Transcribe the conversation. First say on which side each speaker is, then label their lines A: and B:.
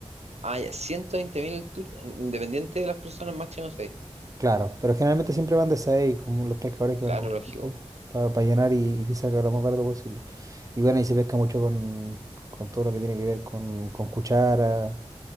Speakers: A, on the right; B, on the right.
A: Ah, ya, ciento veinte mil el tour, mm, independiente de las personas, máximo seis
B: claro, pero generalmente siempre van de seis, como los pescadores que
A: Claro,
B: van con
A: lógico.
B: para llenar y, y que salga lo más barato posible. Y bueno, y se pesca mucho con, con todo lo que tiene que ver con, con cuchara,